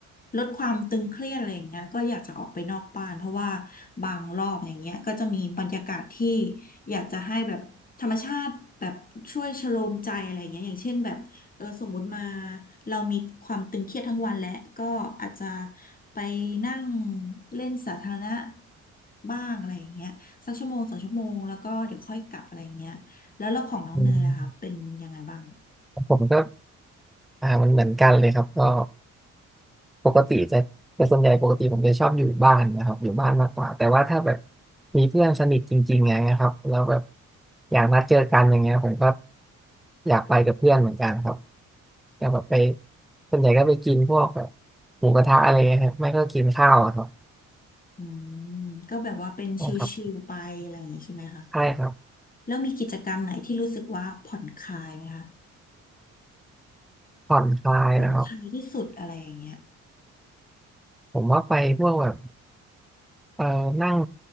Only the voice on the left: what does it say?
ลดความตึงเครียดอะไรอย่างเงี้ยก็อยากจะออกไปนอกบ้านเพราะว่าบางรอบอย่างเงี้ยก็จะมีบรรยากาศที่อยากจะให้แบบธรรมชาติแบบช่วยชโลมใจอะไรอย่างเงี้ยอย่างเช่นแบบเออสมมุติมาเรามีความตึงเครียดทั้งวันและก็อาจจะไปนั่งเล่นสาธารณะบ้างอะไรอย่างเงี้ย สักชั่วโมงสองชั่วโมงแล้วก็เดี๋ยวค่อยกลับอะไรเงี้ยแล้วแล้วของน้องเนยล่ะคะเป็นยังไงบ้าง
อืมก็แบบว่าเป็นชิลๆไปอะไรอย่างงี้ใช่ไหมคะ
แล้วมีกิจกรรมไหนที่รู้สึกว่าผ่อนคลายไหมคะ
ผ่อนคลายที่สุดอะไรอย่างเงี้ย